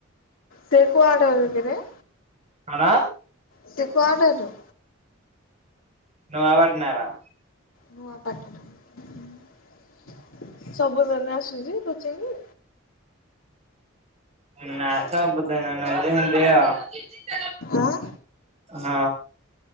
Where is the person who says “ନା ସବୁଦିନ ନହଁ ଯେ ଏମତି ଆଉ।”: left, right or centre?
Right